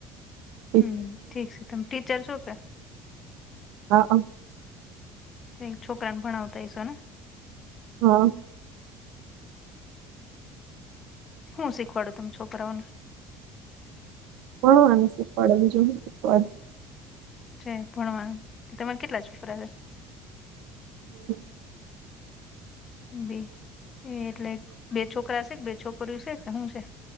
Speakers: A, on the right; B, on the left.
A: હ
B: હમ ઠીક છે તમે ટીચર છો કે
A: હા
B: તો છોકરાને ભણાવતાઈશ ને
A: હા
B: શું શીખવાડું તમે છોકરાઓને
A: ભણવાનું શીખવાડે બીજું શું શીખવાડ
B: છે ભણવાનું તમારે કેટલા છોકરા છે
A: <inaudible>
B: બે એટલે બે છોકરા છે કે બે છોકરી છે કે શું છે